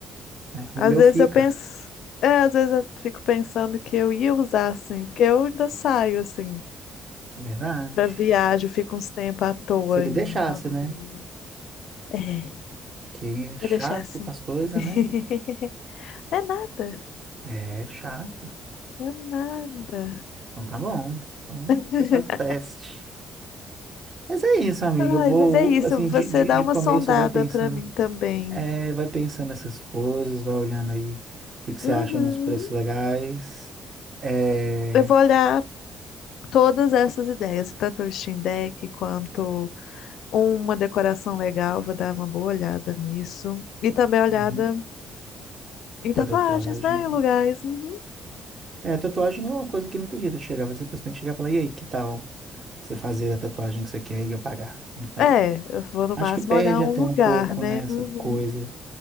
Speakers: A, on the right; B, on the left.
A: É, o
B: Às
A: meu
B: vezes
A: fica,
B: eu penso, é, às vezes eu fico pensando que eu ia usar, assim, porque eu ainda saio, assim.
A: é verdade.
B: pra viagem, fica uns tempos à toa
A: Se ele
B: em
A: deixasse,
B: rodovia.
A: né?
B: É,
A: Que é chato
B: ia deixar assim.
A: com as coisas,
B: <laughs>
A: né?
B: É nada,
A: É chato.
B: é nada.
A: Então tá bom. Então
B: <laughs>
A: você faz o teste. Mas é isso, amiga.
B: Ai,
A: Eu vou,
B: mas é isso,
A: assim,
B: você
A: de, de,
B: dá
A: de
B: uma
A: começo,
B: sondada
A: vai pensando.
B: pra mim também.
A: É, vai pensando nessas coisas, vai olhando aí o que, que você
B: Uhum.
A: acha nos preços legais. É,
B: Eu vou olhar todas essas ideias, tanto o Steam Deck quanto uma decoração legal, vou dar uma boa olhada nisso. E também olhada
A: uhum,
B: em tatuagens,
A: da tatuagem.
B: né?
A: né?
B: Em lugares. Uhum.
A: É, tatuagem é uma coisa que não tem jeito de chegar. Você você tem que chegar e falar, e aí, que tal você fazer a tatuagem que você quer e eu pagar? Aí,
B: É, eu vou no
A: acho
B: máximo
A: que perde
B: olhar
A: até
B: um lugar,
A: um pouco,
B: né?
A: né, essa
B: Uhum.
A: coisa,